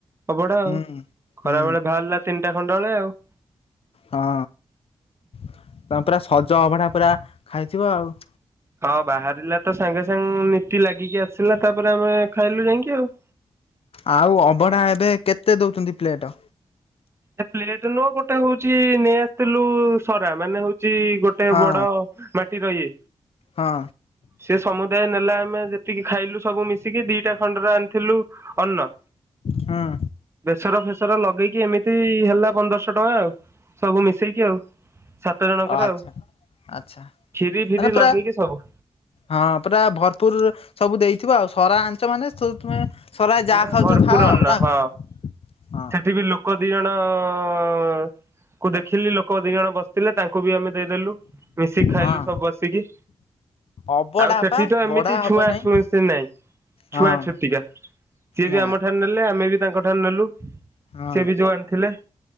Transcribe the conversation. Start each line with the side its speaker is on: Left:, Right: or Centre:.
Right: ଅଭଡ଼ା
Left: ହୁଁ
Right: ଆଉ, ଖରାବେଳେ
Left: ହୁଁ
Right: ବାହାରିଲା ତିନିଟା ଖଣ୍ଡେ ବେଳେ ଆଉ।
Left: ହଁ ତମେ ପୁରା ସଜ ଅଭଢା ପୁରା ଖାଇଥିବ ଆଉ।
Right: ହଁ ବାହାରିଲା ତ ସାଙ୍ଗେ ସାଙ୍ଗେ ନୀତି ଲାଗିକି ଆସିଲା ତାପରେ ଆମେ ଖାଇଲୁ ଯାଇକି ଆଉ।
Left: ଆଉ ଅଭଢ଼ା ଏବେ କେତେ ଦଉଛନ୍ତି ପ୍ଲେଟ୍?
Right: ଏ ପ୍ଲେଟ ନୁହ ଗୋଟେ ହଉଛି ନେଇ ଆସିଥିଲୁ ସରା ମାନେ ହଉଛି ଗୋ ଟେ
Left: ହଁ
Right: ବଡ ମାଟି ର ଇଏ
Left: ହଁ
Right: ସେ ସମୁଦାୟ ନେଲା ଆମେ ଯେତିକି ଖାଇଲୁ ସବୁ ମିଶିକି ଦିଟା ଖଣ୍ଡରେ ଆଣିଥିଲୁ ଅନ୍ନ।
Left: ହଁ।
Right: ବେସର ଫେସର ଲଗେଇକି ଏମି ହେଲା ପନ୍ଦରଶହ ଟଙ୍କା ଆଉ ସବୁ ମିଶେଇିକି ଆଉ ସାତ ଜଣଙ୍କର
Left: ଆଚ୍ଛା।
Right: ଆଉ
Left: ଆଚ୍ଛା
Right: ଖିରି ଫିରି
Left: ମାନେ ପୁରା
Right: ଲଗେଇକି ସବୁ।
Left: ହଁ, ପୁରା ଭରପୁର ସବୁ ଦେଇଥିବ ଆଉ। ସରା ଆଣିଚ ମାନେ। <unintelligible>
Right: ପୁରା
Left: ଖାଉଛ
Right: ଭରପୁର
Left: ଖାଅ ଆଉ
Right: ଅନ୍ନ
Left: ନା
Right: ହଁ।
Left: କଣ? ହଁ
Right: ସେଠି ବି ଲୋ ଲୋକ ଦି ଜଣ ଙ୍କୁ ଦେଖିଲି, ଲୋକ ଦି ଜଣ ବସିଥିଲେ ତାଙ୍କୁ ବି ଆମେ ଦେଇଦେଲୁ। ମିଶିକି ଖାଇଲୁ
Left: ହଁ
Right: ସବୁ ବସିକି।
Left: ଅବଢା
Right: ଆଉ ସେଠି
Left: ପା
Right: ତ ଏମିତି
Left: ବଢା ହବ
Right: ଛୁଆଁ
Left: ନାହିଁ
Right: ଛୁଇଁ ସେ ନାଇଁ।
Left: ହଁ
Right: ଛୁଆଁ ଛୁତିକା। ସିଏ ବି
Left: ନା
Right: ଆମ ଠାରୁ ନେଲେ, ଆମେ ବି ତାଙ୍କ ଠାରୁ ନେଲୁ।
Left: ହଁ
Right: ସିଏ ବି ଯୋଉ ଆଣିଥିଲେ।